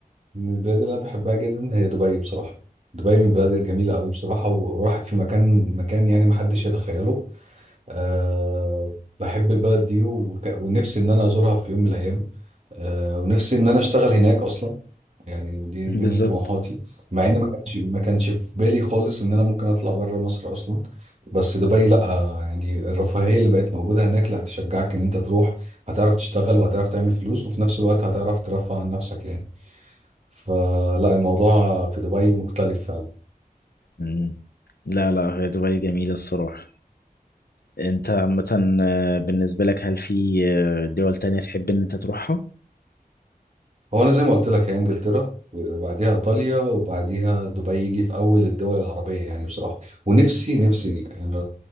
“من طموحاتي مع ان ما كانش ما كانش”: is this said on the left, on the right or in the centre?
Right